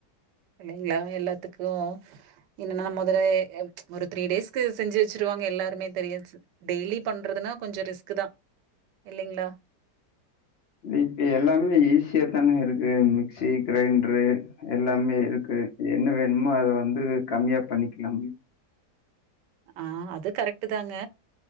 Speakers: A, on the right; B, on the left.
A: இல்லைங்களா எல்லாத்துக்கோ என்னனா முதல ஒரு த்ரீ டேஸ்கு செஞ்சு வச்சிருவாங்க எல்லாருமே தெரிஸ் டெய்லி பண்றதுன்னா கொஞ்சோ ரிஸ்க் தா இல்லைங்களா
B: இப்ப எல்லாமே ஈஸியா தானங்க இருக்கு மிக்சி கிரைண்டரு எல்லாமே இருக்கு என்ன வேணுமோ அத வந்து கம்மியா பண்ணிக்கலாமே
A: ஆ அது கரெக்டுதாங்க